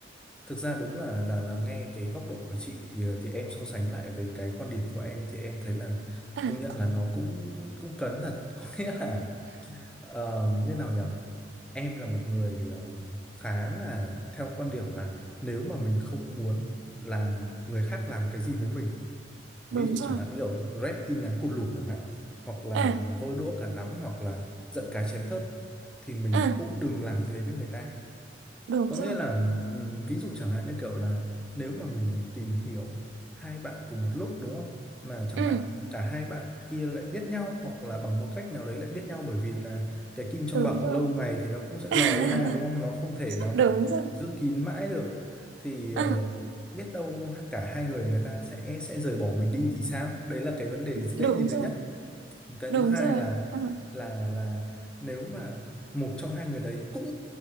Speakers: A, in the centre; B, on the right (about 85°).
A: thực ra đúng là là là nghe cái góc độ của chị ờ, thì em so sánh lại với cái quan điểm của em thì em thấy là
B: à
A: công nhận là nó cũng cũng cấn thật <laughs> có nghĩa là ờ, như nào nhở em là một người ờ, khá là theo quan điểm là nếu mà mình không muốn làm người khác làm cái gì với mình ví
B: đúng
A: dụ
B: rồi
A: chẳng hạn như kiểu rep tin nhắn cụt lủn chẳng hạn hoặc là
B: à
A: vơ đũa cả nắm hoặc là giận cá chém thớt thì mình
B: à
A: cũng đừng làm thế với người ta
B: đúng
A: có
B: rồi
A: nghĩa là ừm, ví dụ chẳng hạn như kiểu là nếu mà mình tìm hiểu hai bạn cùng một lúc đúng không? Mà chẳng
B: ừ
A: hạn cả hai bạn kia lại biết nhau hoặc là bằng một cách nào đấy lại biết nhau bởi vì là cái kim trong
B: đúng
A: bọc
B: rồi
A: lâu ngày thì nó cũng sẽ
B: <laughs>
A: lòi ra đúng không? Nó không thể nào mà
B: đúng rồi
A: giữ kín mãi được. Thì ờ,
B: à
A: biết đâu cả hai người người ta sẽ sẽ rời bỏ mình đi thì sao? Đấy là cái vấn đề dễ
B: đúng
A: nhìn thấy
B: rồi
A: nhất cái
B: đúng
A: thứ hai
B: rồi
A: là
B: đúng rồi Ừ.
A: là là nếu mà một trong hai người đấy cũng